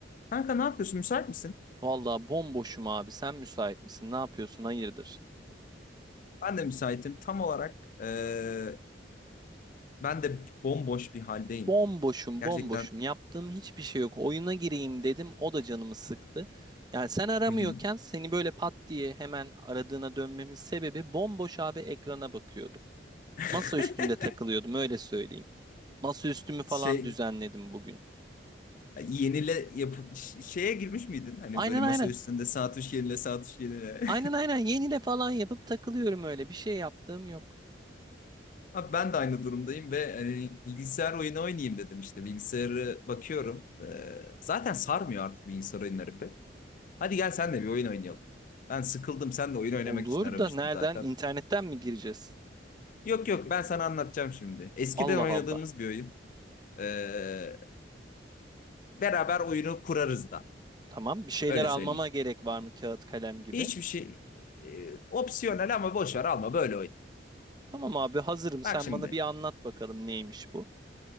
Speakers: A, on the left; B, on the right.
A: Kanka ne yapıyorsun? Müsait misin?
B: Vallahi bomboşum abi. Sen müsait misin? Ne yapıyorsun? Hayırdır?
A: Ben de müsaitim. Tam olarak eee, ben de bomboş bir haldeyim.
B: Bomboşum,
A: Gerçekten.
B: bomboşum. Yaptığım hiçbir şey yok. Oyuna gireyim dedim. O da canımı sıktı. Yani sen aramıyorken
A: Hı hı.
B: seni böyle pat diye hemen aradığına dönmemin sebebi bomboş abi ekrana bakıyordum.
A: <laughs>
B: Masa üstünde takılıyordum öyle söyleyeyim. Masa üstümü falan
A: Şey
B: düzenledim bugün.
A: yenile yapıp ş- şeye girmiş miydin? Hani
B: Aynen
A: böyle masa
B: aynen.
A: üstünde saat üç yenile saat üç yenile. <laughs>
B: Aynen aynen yenile falan yapıp takılıyorum öyle. Bir şey yaptığım yok.
A: Abi ben de aynı durumdayım ve hani bilgisayar oyunu oynayayım dedim işte. Bilgisayarı bakıyorum. Eee, zaten sarmıyor artık bilgisayar oyunları pek. Hadi gel sen de bir oyun oynayalım. Ben sıkıldım. Sen de oyun oynamak
B: Olur
A: için aramıştım
B: da nereden?
A: zaten.
B: İnternetten mi gireceğiz?
A: Yok yok ben sana anlatacağım şimdi. Eskiden
B: Allah
A: oynadığımız
B: Allah.
A: bir oyun. Ee, beraber oyunu kurarız da.
B: Tamam. Bir şeyler
A: Öyle
B: almama
A: söyleyeyim.
B: gerek var mı kağıt kalem gibi?
A: Hiçbir şey e, opsiyonel ama boş ver alma böyle oynayalım.
B: Tamam abi hazırım.
A: Bak
B: Sen
A: şimdi
B: bana bir anlat bakalım neymiş bu?